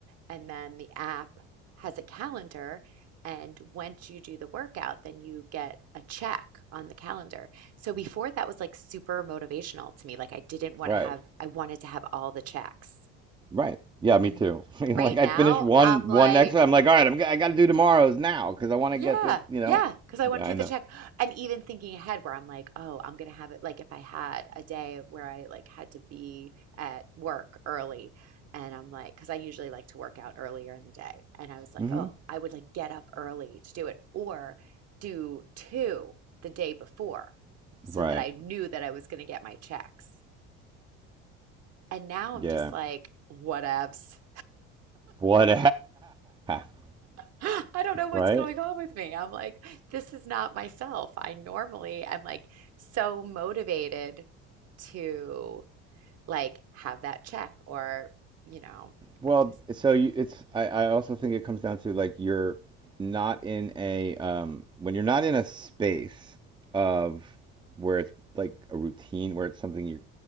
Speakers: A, on the right; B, on the right.
A: and then the app has a calendar. And once you do the workout, then you get a check on the calendar. So before that was like super motivational to me. Like I didn't want
B: Right.
A: to have, I wanted to have all the checks.
B: Right. Yeah, me
A: And
B: too. <laughs> Like
A: right
B: I
A: now
B: finished one
A: I'm like,
B: one exercise. I'm like, all right, I'm g- I got to do tomorrow's now because I want
A: yeah,
B: to get this. You know.
A: yeah, because I want
B: Yeah,
A: to
B: I
A: do
B: know.
A: the check. And even thinking ahead where I'm like, oh, I'm gonna have it like if I had a day where I like had to be at work early and I'm like, because I usually like to work out earlier in the day. And I was like,
B: mm hmm
A: oh, I would like get up early to do it or do two the day before so
B: Right.
A: that I knew that I was gonna get my checks. And now I'm
B: Yeah.
A: just like, whatevs.
B: What? <laughs>
A: <gasps> I don't know what's
B: Right.
A: going on with me. I'm like, this is not myself. I normally am like so motivated to like have that check or, you know,
B: Well,
A: I just,
B: so you, it's I, I also think it comes down to like you're not in a um, when you're not in a space of where it's like a routine where it's something you're